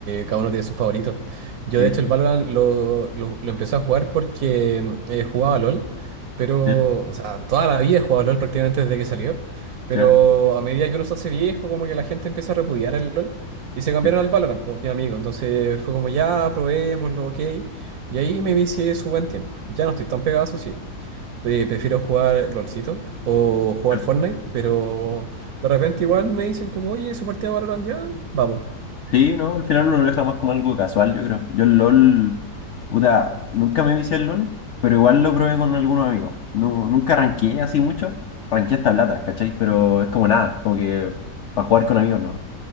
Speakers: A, on the right; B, on the left.
A: cada uno tiene su favorito. Yo,
B: sí.
A: de hecho, el Valorant lo, lo, lo empecé a jugar porque mm, eh, jugaba LOL, pero,
B: Sí,
A: o sea, toda la vida he jugado LOL prácticamente desde que salió, pero
B: sí,
A: a medida que uno se hace viejo, como que la gente empieza a repudiar el LOL y se cambiaron
B: sí,
A: al Valorant, pues mi amigo. Entonces fue como, ya, probémoslo, ok. Y ahí me vicié su buen tiempo. Ya no estoy tan pegado, eso sí. Eh, prefiero jugar LOLcito o jugar
B: creo.
A: Fortnite, pero de repente igual me dicen como, oye, su partida de Valorant ya, vamos.
B: Sí, no, al final uno lo deja más como algo casual, yo creo. Yo el LOL, puta, nunca me vicié el LOL, pero igual lo probé con algunos amigos. No, nunca ranqueé así mucho, ranqueé hasta plata, ¿cachai? Pero es como nada, como que para jugar con amigos, ¿no?